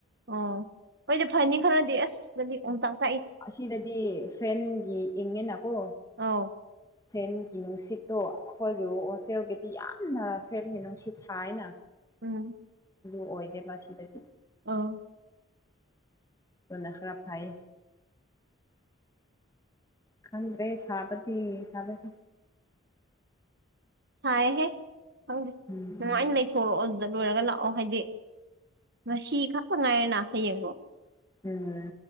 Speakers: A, on the right; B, on the left.
A: ꯑꯣ ꯍꯣꯏꯗꯤ ꯐꯅꯤ ꯈꯔꯗꯤ ꯑꯁ ꯑꯗꯨꯗꯤ ꯑꯃꯇꯥꯛ
B: ꯑꯁꯤꯗꯗꯤ ꯐꯦꯟꯒꯤ ꯏꯪꯉꯤꯅꯀꯣ
A: ꯑꯧ
B: ꯐꯦꯟꯒꯤ ꯅꯨꯡꯁꯤꯠꯇꯣ ꯑꯩꯈꯣꯏꯒꯤ ꯍꯣꯁꯇꯦꯜꯒꯤꯗꯤ ꯌꯥꯝꯅ ꯐꯦꯟꯒꯤ ꯅꯨꯡꯁꯤꯠ ꯁꯥꯏꯅ
A: ꯎꯝ
B: ꯂꯨ ꯑꯣꯏꯗꯦꯕ ꯁꯤꯗꯗꯤ
A: ꯑꯥ
B: ꯅꯈꯔꯥꯏ ꯈꯪꯗ꯭ꯔꯦ ꯁꯥꯕꯗꯤ ꯁꯥꯕꯗꯤ
A: ꯁꯥꯏꯍꯦ ꯈꯪꯗꯦ
B: ꯎꯝ
A: ꯅꯨꯡꯉꯥꯏꯅ ꯂꯩꯊꯣꯔꯛꯑꯣ ꯑꯗꯨ ꯗ ꯂꯣꯏꯔꯒ ꯂꯥꯛꯑꯣ ꯍꯥꯏꯗꯤ ꯉꯁꯤ ꯈꯛꯇ ꯉꯥꯏꯔꯅ ꯍꯌꯦꯡꯗꯣ
B: ꯎꯝ